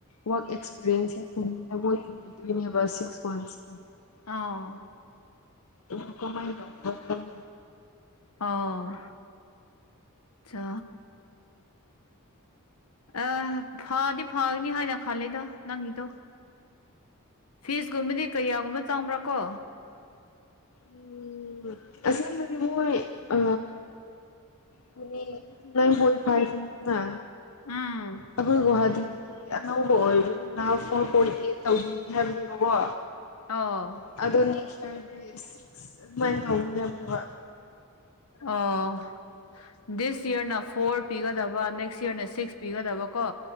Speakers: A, on the left; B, on the left.
A: ꯋꯥꯛ ꯑꯦꯛꯁꯄꯤꯔꯤꯌꯦꯟꯁ ꯌꯥꯝ ꯄꯨꯡꯗ ꯃꯣꯏ ꯄꯨꯕꯤꯗꯣꯏꯅꯦꯕ ꯁꯤꯛꯁ ꯃꯟꯁꯀꯤ
B: ꯑꯥ
A: ꯎꯝ ꯀꯃꯥꯏ ꯇꯩꯕ꯭ꯔꯥ ꯈꯪ
B: ꯑꯥ ꯆꯥ ꯑ ꯐꯥꯗꯤ ꯐꯥꯒꯅꯤ ꯍꯥꯏꯅ ꯈꯜꯂꯤꯗ ꯅꯪꯒꯤꯗꯣ ꯐꯤꯁꯀꯨꯝꯕꯗꯤ ꯀꯌꯥꯒꯨꯝꯕ ꯆꯪꯕ꯭ꯔꯥꯀꯣ
A: ꯎꯝ ꯑꯁꯦꯡꯕꯗꯤ ꯃꯣꯏ ꯑ ꯄꯨꯅ‌ꯦ ꯋꯥꯟ ꯄ‌ꯣꯏꯟ ꯐꯥꯏꯚꯅ‌ꯦꯕ
B: ꯎꯝ
A: ꯑꯩꯈꯣꯏ ꯒꯨꯋꯥꯍꯥꯇꯤ ꯑꯅꯧꯕ ꯑꯣꯏꯕꯅꯤꯅ ꯐꯣꯔ ꯄꯣꯏꯟ ꯑꯦꯠ ꯇꯧꯕꯤꯅꯤ ꯍꯥꯏꯕꯅꯦꯕꯀꯣ
B: ꯑꯣ
A: ꯑꯗꯨꯅꯤ ꯁꯥ꯭ꯔ ꯇ‌ꯦꯁ ꯑꯗꯨꯃꯥꯏ ꯇꯧꯅꯤ ꯍꯥꯏꯕꯅ‌ꯦꯕ
B: ꯑꯣ ꯗꯤꯁ ꯏꯌꯥ꯭ꯔꯅ ꯐꯣꯔ ꯄꯤꯒꯗꯕ ꯅꯦꯛꯁ ꯏꯌꯥ꯭ꯔꯅ ꯁꯤꯛꯁ ꯄꯤꯒꯗꯕ ꯀꯣ